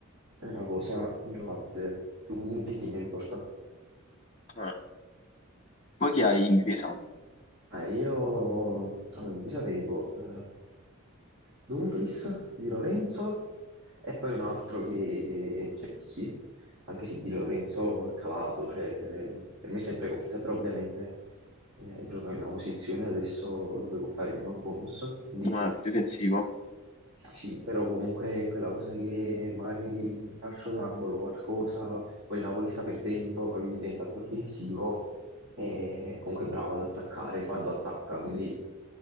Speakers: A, on the right (about 55°); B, on the left (about 30°).
A: è una cosa ingiocabile. Tu chi tieni in porta?
B: Eh. Poi chi hai in difesa?
A: Eh, io allora, in divisa tengo eh, Dumfries di Lorenzo e poi un altro che, cioè, che sì, anche se di Lorenzo è calato, cioè, per me è sempre corta, però ovviamente eh, gioca in una posizione adesso dove può fare meno bonus, quindi
B: Eh, difensivo.
A: sì, però comunque è quella cosa che magari in calcio d'angolo qualcosa, poi il Napoli sta perdendo, capito, diventa più offensivo e comunque è bravo ad attaccare quando attacca, quindi